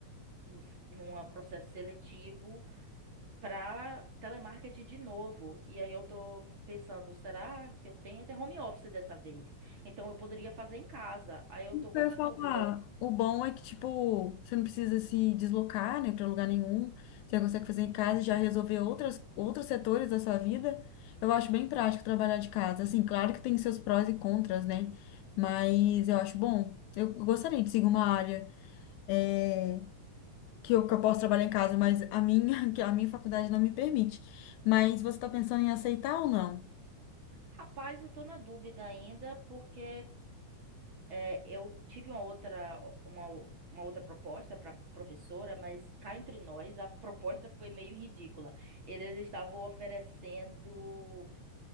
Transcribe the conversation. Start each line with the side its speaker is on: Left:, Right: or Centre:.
Right: n- num processo seletivo pra telemarketing de novo. E aí eu tô pensando, será que eu tenho até home office dessa vez? Então eu poderia fazer em casa. Aí eu
Left: Isso
Right: tô com
Left: que Eu
Right: essa
Left: ia falar,
Right: dúvida.
Left: o bom é que, tipo, você não precisa se deslocar, né, para lugar nenhum. Você consegue fazer em casa e já resolver outras, outros setores da sua vida. Eu acho bem prático trabalhar de casa. Assim, claro que tem seus prós e contras, né? Mas eu acho bom. Eu gostaria de seguir uma área. eh, que eu, que eu posso trabalhar em casa, mas a minha, <laughs> que a minha faculdade não me permite. Mas você está pensando em aceitar ou não?
Right: Rapaz, eu tô na dúvida ainda, porque é, eu tive uma outra, uma, o- uma outra proposta para professora, mas cá entre nós, a proposta foi meio ridícula. Eles estavam oferecendo